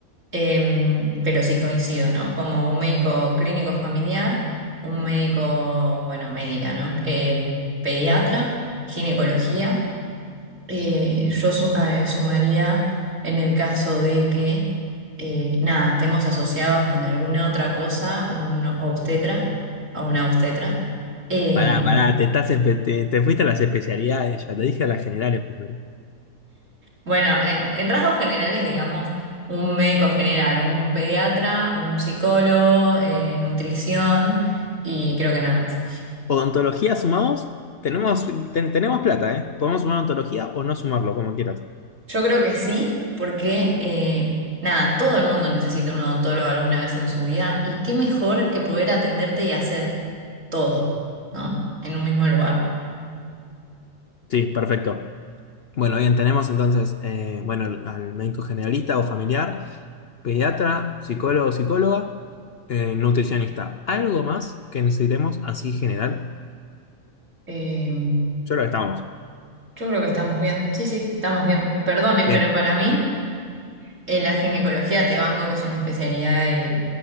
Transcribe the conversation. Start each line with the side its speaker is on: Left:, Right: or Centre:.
Right: Em, pero sí coincido, ¿no? Como un médico clínico familiar, un médico, bueno, médica, ¿no? Em, pediatra, ginecología. Eh, yo su- eh, sumaría en el caso de que, eh, nada, estemos asociados con alguna otra cosa, un obstetra o una obstetra. em,
Left: Pará, pará, te, estás espe- te, te fuiste a las especialidades, ya te dije a las generales primero.
Right: Bueno, en, en rasgos generales, digamos, un médico general, un pediatra, un psicólogo, eh, nutrición y creo que nada más.
Left: Odontología sumamos, tenemos, ten- tenemos plata, ¿eh? Podemos sumar odontología o no sumarlo, como quieras.
Right: Yo creo que sí, porque eh, nada, todo el mundo necesita un odontólogo alguna vez en su vida y qué mejor que poder atenderte y hacer todo, ¿no? En un mismo lugar.
Left: Sí, perfecto. Bueno, bien, tenemos entonces, eh, bueno, al al médico generalista o familiar, pediatra, psicólogo, psicóloga, eh, nutricionista. ¿Algo más que necesitemos así general?
Right: Eh,
Left: Yo creo que estamos.
Right: yo creo que estamos bien, sí, sí, estamos bien. Perdone, pero
Left: Bien.
Right: para mí... En la ginecología te banco, que es una especialidad y,